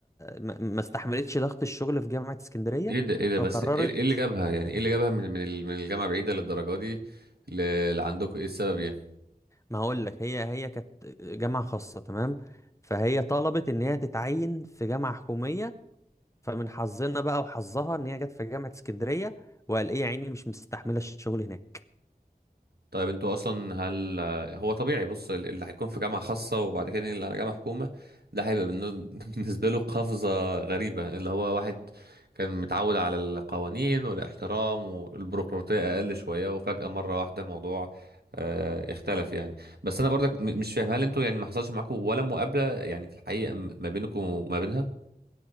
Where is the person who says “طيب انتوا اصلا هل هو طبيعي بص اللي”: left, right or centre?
Right